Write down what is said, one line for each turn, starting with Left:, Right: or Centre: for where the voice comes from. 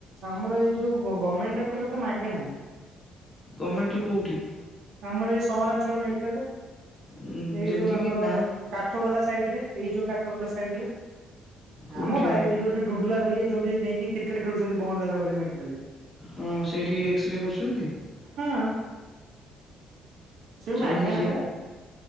Right: ଆମର ଏଇ ଯୋଉ ଗଭର୍ଣ୍ଣମେଣ୍ଟ ରେ କଲେ ତ ମାଗେଣା
Left: ଗମେଣ୍ଟରୁ କେଉଁଠି
Right: ଆମର ଏଇ ସହରାଞ୍ଚଳ ମେଡିକାଲରେ
Left: ଉଁ
Right: ଏଇ
Left: ଯେମିତି
Right: ଯୋଉ ଆମର
Left: କିି ନା
Right: କାଠ ବୋଲା ସାଇଡ ରେ ଏଇ ଯୋଉ କାଠ ବୋଲା ସାଇଡ ରେ
Left: କୋଉଠି
Right: ଆମ ବାଇ
Left: ବା
Right: ଏଇଟି ଯୋଉ ଡୁଡୁଲା ହେରିକା ଯେମିତି ଯାଇକି କ୍ରିକେଟ ଖେୁଛନ୍ତି ବନ୍ଦ ହେଲା ବେଳେ ମେଡିକାଲରେ
Left: ହଁ ସେଇଠି ଏକ୍ସରେ କରୁଛନ୍ତି?
Right: ହଁ ସେ
Left: ଚାଲ
Right: ମାଗେଣା
Left: ଯିବା
Right: ବା